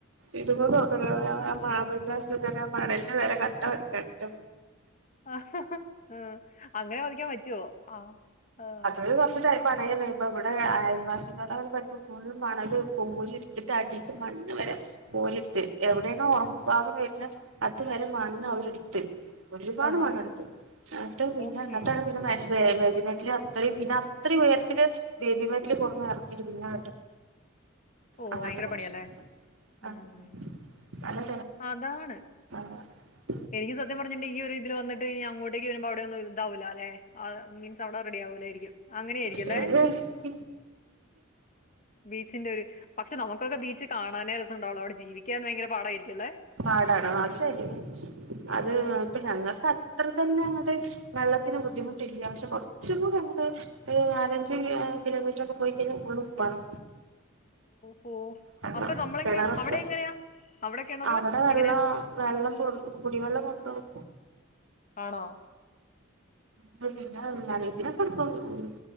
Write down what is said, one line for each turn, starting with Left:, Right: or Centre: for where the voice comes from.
Right: ഇട്മ്പ നോക്കണെലോ <unintelligible> മണൽന്റെ വെലേ കട്ട പതിക്കാൻറ്റാ
Left: ആഹ് അങ്ങനെ മതിക്കാൻ പറ്റോ ആഹ് ആഹ്
Right: ഒരു വർഷേറ്റാ പറയേണ് ഇപ്പബടെ അയൽവാസികത പടിപ്പ് ഫുള്ളും മണലും കോരി ട്ത്തിട്ടടീത്തെ മണ്ണ് വരെ കോരിട്ത്ത് എവിടെണോ ഒറപ്പു ഭാഗം വര്ന് അത് വരെ മണ്ണ് അവരെട്ത്ത് ഒരുപാട്
Left: ആഹാ
Right: മണ്ണെട്ത്ത് ഏട്ടം പിന്നെ
Left: ഓക്കെ
Right: ന്ന്ട്ടാണ് പിന്നെ <unintelligible> അത്രയും പിന്നെ അത്രയും ഉയരത്തിൽ ബേബി <unintelligible> പിന്നെ
Left: ഓ
Right: അങ്ങനത്തെക്കെ
Left: ഭയങ്കര പണിയാല്ലേ
Right: പ്രശ്നം ഉണ്ട്
Left: ഉം
Right: ആഹ് നല്ല
Left: അതാണ്
Right: <unintelligible>
Left: എനിക്ക് സത്യം പറഞ്ഞിട്ട് ഈ ഒരു ഇതില് വന്നിട്ട് ഇനി അങ്ങോട്ടേക്ക് വരുമ്പോ അവിടെ ഒന്നും ഇതാവുല്ലല്ലേ ആഹ് മീൻസ് അവിടെ റെഡി ആവുലായിരിക്കും അങ്ങനെയായിരിക്കുല്ലേ
Right: ശരിയാണ്
Left: ബീച്ചിന്റെ ഒരു പക്ഷെ നമുക്കൊക്കെ ബീച്ച് കാണാനേ രസം ഉണ്ടാവുള്ള് അവിടെ ജീവിക്കാൻ ഭയങ്കര പാടായിരിക്കു അല്ലേ
Right: പാടാണ് അത് ശരി അത്
Left: ആഹ്
Right: ഇപ്പ ഞങ്ങക്ക അത്ര തന്നെ അങ്ങട്ട് വെള്ളത്തിന് ബുദ്ധിമുട്ടില്ല പക്ഷെ കുറച്ച്കൂടിണ്ട് ഒരു നാലഞ്ച്കിലോമീറ്ററൊക്കെ പോയി കഴിഞ്ഞ ഫുള്ള് ഉപ്പാണ്
Left: പോ
Right: വെള്ളം
Left: അപ്പൊ നമ്മളെങ്ങനെയാ
Right: കിണറൊക്കെ
Left: അവിടെങ്ങനെയാ അവിടെക്കിണറ്
Right: അവിടെ വെള്ളം
Left: എങ്ങനെയാ
Right: വെള്ളം കൊണ്ട കുടിവെള്ളം കൊണ്ട് പോകും
Left: ആണോ
Right: ഇത് പിന്നെ <unintelligible>